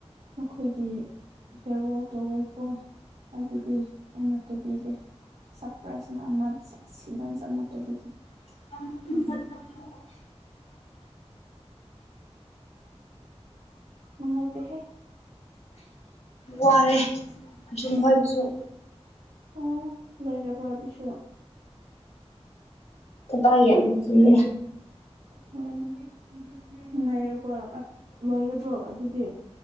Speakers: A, on the right; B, on the left.
A: ꯅꯈꯣꯏꯒꯤ ꯐꯦꯔꯋꯥꯣꯜ ꯇꯧꯒꯦꯀꯣ ꯑꯗꯨꯗꯤ ꯑꯩꯅ ꯇꯧꯕꯤꯒꯦ ꯁꯔꯄ꯭ꯔꯥꯏꯖꯅ ꯑꯃ ꯑꯦꯛꯁꯤꯗꯦꯟꯁ ꯑꯃꯠꯇ ꯑꯗꯨꯗꯤ
B: <inaudible>
A: ꯃꯉꯥꯏꯇ ꯍꯦ
B: ꯋꯥꯔꯦ ꯑꯁꯨꯝ <unintelligible>
A: ꯑꯣ ꯂꯣꯏꯔꯔꯕ꯭ꯔ ꯑꯗꯨꯁꯨꯣ
B: ꯄꯥꯏ ꯌꯥꯝ ꯁꯤꯦ
A: ꯍꯣꯏ ꯉꯥꯏꯔꯕꯣ ꯂꯣꯏꯔꯕ꯭ꯔꯣ ꯑꯗꯨꯗꯤ